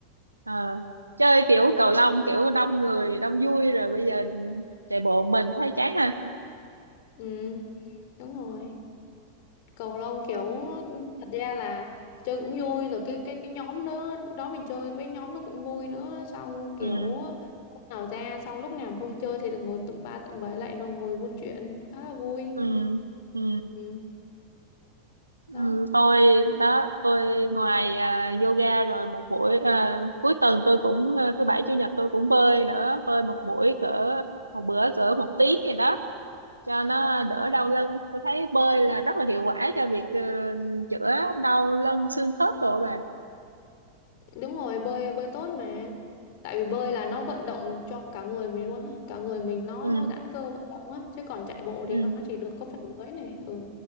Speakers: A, on the right; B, on the left.
A: ờ. chơi kiểu cầu lông kiểu đông người đông vui rồi bây giờ chạy bộ một mình thấy chán ha
B: Ừ, đúng rồi. cầu lông kiểu
A: Ờ,
B: thật ra là chơi cũng vui rồi cái cái cái nhóm đó đó mình chơi với nhóm nó cũng vui nữa xong kiểu
A: ừ
B: lúc nào ra xong lúc nào mà không chơi thì được ngồi tụm ba tụm bảy lại nó ngồi buôn chuyện khá là vui
A: ừ ừ
B: ừ, đó
A: ừ tôi đó tôi ngoài à, yoga rồi một buổi à, cuối tuần tôi cũng à, thứ bảy chủ nhật tôi cũng bơi nữa bơi một buổi cỡ một bữa cỡ một tiếng gì đó cho nó
B: ừ,
A: đỡ đau lưng tôi thấy bơi là rất là hiệu quả cho việc ờ, chữa đau lưng xương khớp rồi bà,
B: đúng rồi bơi bơi tốt mà tại vì bơi là nó vận động cho cả người mình luôn á cả người mình nó
A: ừ
B: nó giãn cơ vận động á chứ còn chạy bộ
A: ừ
B: thì nó chỉ được có phần dưới này ừ